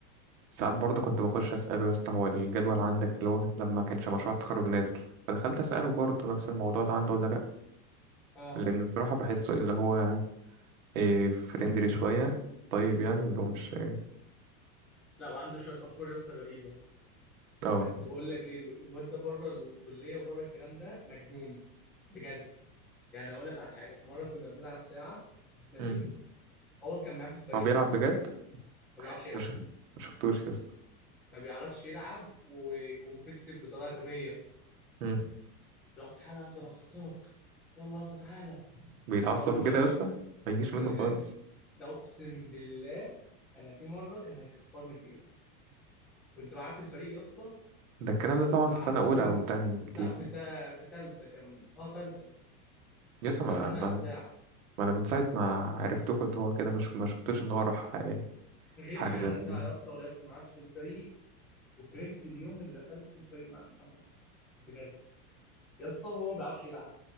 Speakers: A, on the right (about 55°); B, in the centre.
A: ساعات برضه كنت بخش أسأله يا اسطى هو الجدول عندك اللي هو لما كانش مشروع التخرج نازل فدخلت أسأله برضه نفس الموضوع ده عنده ولا لأ
B: اه
A: لأن الصراحة بحسه اللي هو إيه فريندلي شوية طيب يعني اللي هو مش
B: لا وعنده شويه افكار يا اسطى غريبه
A: اه
B: بس بقول لك ايه الواد ده بره الكليه وبره الكلام ده مجنون بجد يعني اقول لك على حاجه في مره كنا بنلعب ساعه ماشي
A: مم.
B: هو كان معاه في الفريق
A: هو بيلعب
B: اصلا
A: بجد
B: ما بيعرفش يلعب
A: مش مشفتوش يا اسطى
B: ما بيعرفش يلعب وكومبيتيتيف بطريقه غبيه
A: مم.
B: لا تعالى يا اسطى انا هخسرك يلا يا اسطى تعالى
A: بيتعصب
B: مش عارف اقول له ماشي
A: كده يا اسطى ما يجيش
B: يا اسطى
A: منه خالص
B: ده, ده اقسم بالله انا في مره كان هيكفرني فيها كنت معاه في الفريق يا اسطى
A: ده الكلام ده
B: والمعلم
A: طبعا في سنة أولى أو تانية بكتير
B: لا في تا... في تالتة كان اه تالتة
A: يا اسطى
B: كنا
A: ما,
B: رايحين نلعب
A: ما,
B: ساعه
A: ما أنا من ساعة ما عرفتكوا اللي هو كده مش ما شفتوش إن هو راح
B: جه
A: حاجة
B: معانا
A: زي كده
B: ساعة يا اسطى ولعبت معاه في الفريق وكرهت اليوم اللي دخلت في الفريق مع محمد حمدي بجد يا اسطى هو ما بيعرفش يلعب